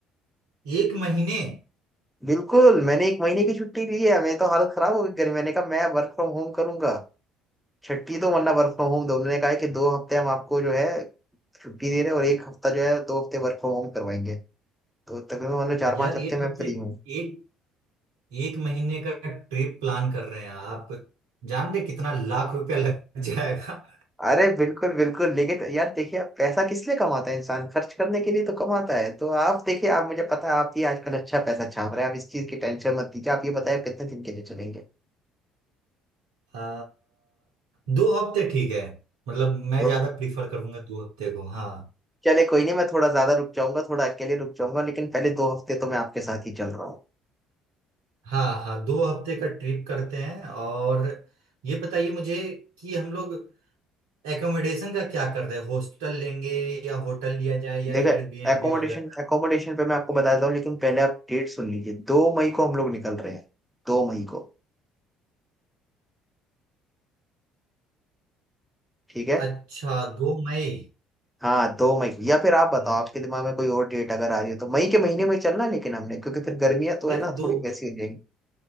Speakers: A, on the right; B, in the centre.
A: एक महीने
B: बिल्कुल मैंने एक महीने की छुट्टी ली है मेरी तो हालत खराब हो गई गर्मी मैंने कहा मैं वर्क फ्रॉम होम करूंगा छठी तो वरना वर्क फ्रॉम होम उन्होंने कहा है कि दो हफ्ते हम आपको जो है छुट्टी दे रहे हैं और एक हफ्ता जो है दो हफ्ते वर्क फ्रॉम होम करवाएंगे तो तकरीबन मान लो चार
A: यार
B: पांच हफ्ते
A: एक हफ्ते
B: मैं फ्री हूँ
A: एक एक महीने का ट्रिप प्लान कर रहे हैं आप जान रहे कितना लाख रुपया लग जाएगा
B: अरे बिल्कुल बिल्कुल लेकिन यार देखिए आप पैसा किस लिए कमाता है इंसान खर्च करने के लिए तो कमाता है तो आप देखिए आप मुझे पता है आप भी आजकल अच्छा पैसा छाप रहे हैं आप इस चीज की टेंशन मत लीजिए आप ये बताए आप कितने दिन के लिए चलेंगे
A: <laughs> आ, दो हफ्ते ठीक है मतलब मैं
B: तो
A: ज्यादा प्रीफर करूंगा दो हफ्ते को हाँ
B: चले कोई नहीं मैं थोड़ा ज्यादा रुक जाऊंगा थोड़ा अकेले रुक जाऊंगा लेकिन पहले दो हफ्ते तो मैं आपके साथ ही चल रहा हूँ
A: हाँ हाँ दो हफ्ते का ट्रिप करते हैं और ये बताइए मुझे कि हम लोग एकोमोडेशन का क्या कर रहे हैं हॉस्टल लेंगे या होटल लिया जाए या
B: देखा
A: एयरबीएनबी
B: है। एकोमोडेशन
A: वगैरह
B: एकोमोडेशन पे मैं आपको बताता हूँ लेकिन पहले आप डेट सुन लीजिए दो मई को हम लोग निकल रहे हैं दो मई को ठीक है
A: अच्छा दो मई
B: हाँ दो मई को या फिर आप बताओ
A: हम्म,
B: आपके दिमाग में कोई और डेट अगर आ रही हो तो मई के महीने में चलना
A: तो
B: लेकिन हमने क्योंकि फिर गर्मियां तो है
A: यार
B: ना
A: दो
B: थोड़ी वैसी हो जाएगी